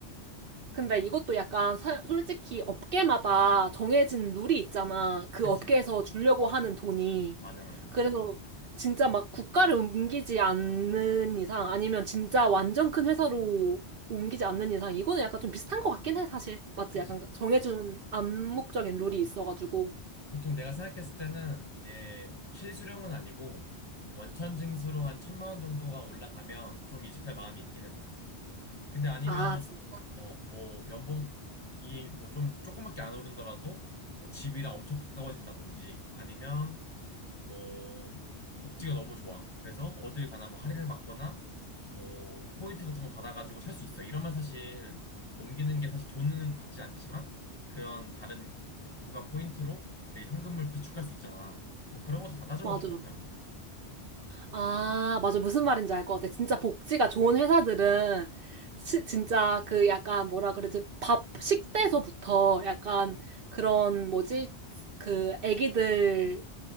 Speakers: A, on the right; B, on the left.
A: 근데 이것도 약간 사- 솔직히 업계마다 정해진 룰이 있잖아. 그
B: 그치.
A: 업계에서 주려고 하는 돈이.
B: 맞아, 맞아.
A: 그래서 진짜 막 국가를 옮기지 않는 이상 아니면 진짜 완전 큰 회사로 옮기지 않는 이상 이거는 약간 좀 비슷한 것 같긴 해, 사실. 맞지?
B: 그치.
A: 약간 정해준 암묵적인 룰이 있어가지고.
B: 보통 내가 생각했을 때는 이제 실수령은 아니고, 원천 징수로 한 천만 원 정도가 올라가면 좀 이직할 마음이 있긴 해, 나는. 근데 아니면,
A: 아, 진-
B: 어, 뭐, 연봉이 뭐 좀 조금밖에 안 오른더라도, 뭐 집이랑 엄청 가까워진다든지, 아니면 뭐 복지가 너무 좋아. 그래서 어딜 가나 뭐 할인을 받거나 뭐 포인트 같은 거 받아가지고 살 수 있어. 이러면 사실 옮기는 게 사실 돈은 받지 않지만 그런 다른 이제 부가 포인트로 내 현금을 비축할 수 있잖아. 뭐 그런 것도 다 따져볼
A: 맞아.
B: 것 같아 나는.
A: 아, 맞아. 무슨 말인지 알 것 같아. 진짜 복지가 좋은 회사들은 시- 진짜 그 약간 뭐라 그러지? 밥 식대서부터 약간 그런 뭐지? 그 애기들